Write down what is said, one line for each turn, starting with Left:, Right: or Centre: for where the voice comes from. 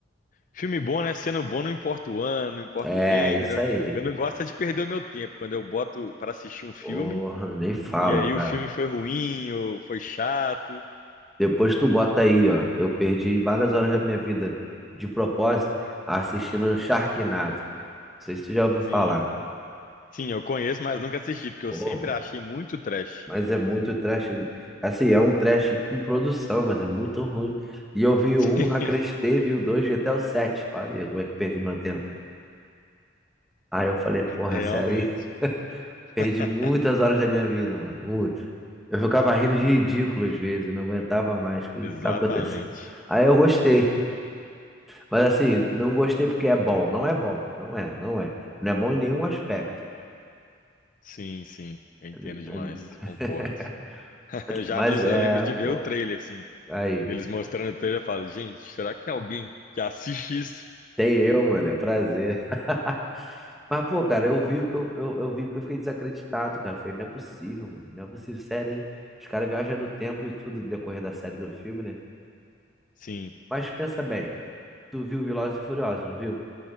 Left: Filme bom, né? Sendo bom, não importa o ano, não importa
Centre: É,
Left: o gênero.
Centre: isso aí.
Left: Eu não gosto é de perder o meu tempo quando eu boto para assistir um filme
Centre: Porra, nem fala,
Left: e aí
Centre: cara.
Left: o filme foi ruim ou foi chato.
Centre: Depois tu bota aí, ó. Eu perdi várias horas da minha vida de propósito assistindo Sharknado. Não sei se tu já ouviu
Left: Sim,
Centre: falar.
Left: sim, eu conheço, mas nunca assisti, porque eu
Centre: Pô,
Left: sempre
Centre: mano,
Left: achei muito trash.
Centre: mas é muito trash. Assim, é um trash com produção, mas é muito ruim. E eu vi o
Left: <laughs>
Centre: 1, não acreditei, vi o 2, vi até o 7. Olha aí como é que eu perdi meu tempo. Aí eu falei, porra,
Left: Realmente.
Centre: sério, <laughs> perdi
Left: <laughs>
Centre: muitas horas da minha vida, mano. Muito. Eu ficava rindo de ridículo às vezes, não aguentava mais. O que
Left: Exatamente.
Centre: que tá acontecendo? Aí eu gostei, mas assim, não gostei porque é bom. Não é bom, não é, não é. Não é bom em nenhum aspecto.
Left: Sim, sim. Eu entendo
Centre: <laughs>
Left: demais. Concordo. <laughs> Eu já
Centre: Mas
Left: vi,
Centre: é,
Left: eu lembro de ver
Centre: pô,
Left: o trailer, assim,
Centre: aí.
Left: deles mostrando o trailer. Eu falo, gente, será que tem alguém que assiste isso?
Centre: Tem eu, mano, é um prazer. <laughs> Mas, pô, cara, eu vivo que eu, eu, eu vivo que eu fiquei desacreditado, cara. Falei, não é possível, mano. Não é possível, sério, hein? Os caras viajam no tempo e tudo decorrer da série do filme, né?
Left: Sim,
Centre: Mas pensa bem, tu viu Velozes e Furiosos, não viu?